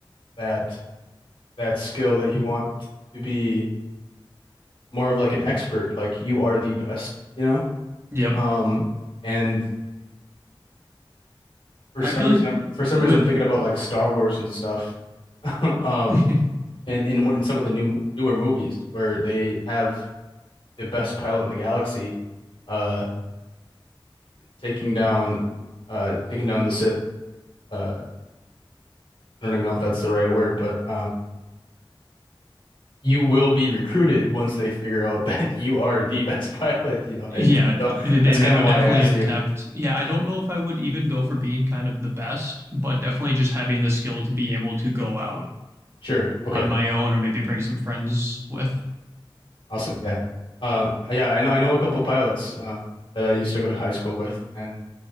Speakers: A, on the left; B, on the right.
A: that that skill that you want to be more of like an expert, like you are the best, you know?
B: yep,
A: Um, and For
B: I
A: some
B: feel
A: reason,
B: like
A: I'm for some
B: with
A: reason I'm thinking about like Star Wars and stuff, <laughs> um,
B: <laughs>
A: and in in some of the new newer movies where they have the best pilot in the galaxy, uh, taking down, uh, taking down the Sith. Uh, I don't even know if that's the right word, but um, you will be recruited once they figure out <laughs> that you are the best <laughs> pilot. You know what
B: yeah,
A: I mean? So
B: they, they
A: that's kind
B: they would
A: of why
B: definitely
A: I asked
B: attempt.
A: you.
B: Yeah, I don't know if I would even go for being kind of the best, but definitely just having the skill to be able to go out
A: Sure. Okay.
B: on my own or maybe bring some friends with.
A: Awesome. Yeah. Um, yeah. I know. I know a couple pilots um, that I used to go to high school with, and